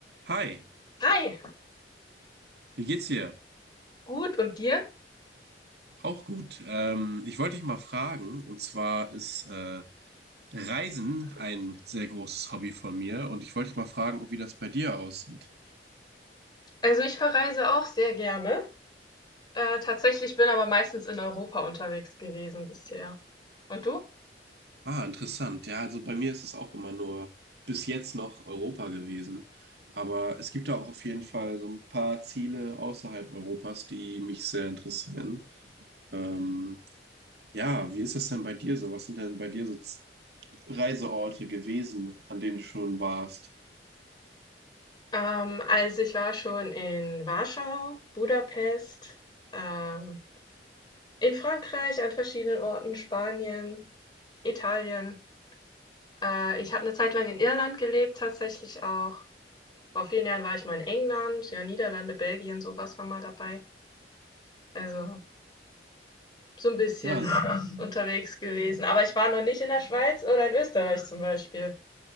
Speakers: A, on the right (about 65°); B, on the left (about 25°).
A: Hi,
B: Hi,
A: wie geht's dir?
B: gut und dir?
A: Auch gut. Ähm, ich wollte dich mal fragen, und zwar ist äh, Reisen ein sehr großes Hobby von mir, und ich wollte dich mal fragen, wie das bei dir aussieht.
B: Also ich verreise auch sehr gerne. Äh, tatsächlich bin aber meistens in Europa unterwegs gewesen bisher. Und du?
A: Ah, interessant. Ja, also bei mir ist es auch immer nur bis jetzt noch Europa gewesen. Aber es gibt da auch auf jeden Fall so ein paar Ziele außerhalb Europas, die mich sehr interessieren. Ähm, ja, wie ist das denn bei dir so? Was sind denn bei dir so Z- Reiseorte gewesen, an denen du schon warst?
B: Ähm, also ich war schon in Warschau, Budapest, ähm, in Frankreich an verschiedenen Orten, Spanien, Italien. Äh, ich habe eine Zeit lang in Irland gelebt, tatsächlich auch. Vor vielen Jahren war ich mal in England, ja, Niederlande, Belgien, sowas war mal dabei. Also so ein bisschen
A: Ja, s-
B: unterwegs gewesen. Aber ich war noch nicht in der Schweiz oder in Österreich zum Beispiel.